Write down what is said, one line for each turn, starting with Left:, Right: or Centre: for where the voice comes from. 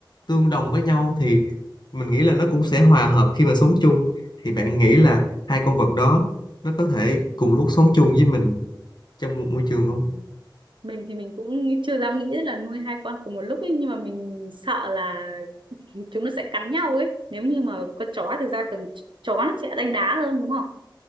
Left: tương đồng với nhau thì mình nghĩ là nó cũng sẽ hòa hợp khi mà sống chung thì bạn nghĩ là hai con vật đó nó có thể cùng lúc sống chung với mình trong một môi trường không?
Right: Ừ. mình thì mình cũng chưa dám nghĩ là nuôi hai con cùng một lúc ấy nhưng mà mình sợ là <laughs> chúng nó sẽ cắn nhau ấy nếu như mà con chó thực ra thường chó nó sẽ đánh đá hơn đúng không